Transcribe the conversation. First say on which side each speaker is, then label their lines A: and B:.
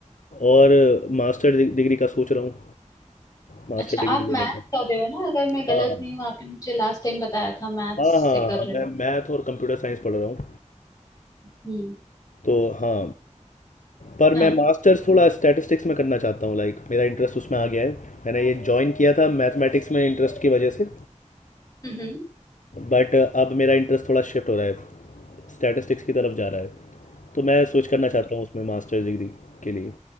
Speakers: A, on the left; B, on the left.
A: और मास्टर डि- डिग्री का सोच रहा हूँ मास्टर
B: अच्छा
A: डिग्री
B: आप
A: लेने
B: मैथ्स
A: का
B: कर रहे हो ना अगर मैं गलत
A: हाँ
B: नहीं हूँ आपने मुझे लास्ट टाइम बताया था मैथ्स
A: हाँ हाँ
B: से कर
A: हाँ,
B: रहे
A: मैं
B: हो
A: मैथ और कंप्यूटर साइंस पढ़ रहा हूँ
B: हम्म
A: तो हाँ पर
B: हाँ
A: मैं मास्टर्स थोड़ा स्टैटिस्टिक्स में करना चाहता हूँ लाइक मेरा इंटरेस्ट उसमें आ गया है मैंने ये ज्वाइन किया था मैथमेटिक्स में इंटरेस्ट की वजह से
B: हम्म हम्म।
A: बट अब मेरा इंटरेस्ट थोड़ा शिफ्ट हो रहा है स्टैटिस्टिक्स की तरफ जा रहा है तो मैं स्विच करना चाहता हूँ उसमें मास्टर्स डिग्री के लिए